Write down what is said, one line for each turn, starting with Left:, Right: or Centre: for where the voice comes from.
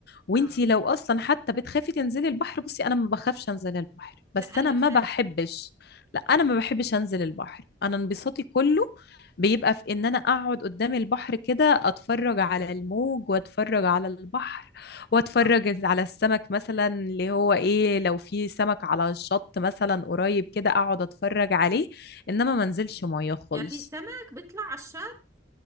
Left: وانتي
Right: اه
Left: لو اصلا حتى بتخافي تنزلي البحر بصي انا ما بخافش انزل البحر بس
Right: لا انا
Left: انا
Right: بخاف
Left: ما بحبش لا انا ما بحبش انزل البحر انا
Right: اه
Left: انبساطي كله بيبقى في ان انا اقعد قدام البحر كده اتفرج على الموج واتفرج على البحر واتفرج
Right: اه
Left: على السمك مثلا اللي هو ايه لو في سمك على الشط مثلا قريب كده اقعد اتفرج عليه انما ما انزلش ميه خالص
Right: يعني في سمك بيطلع على الشط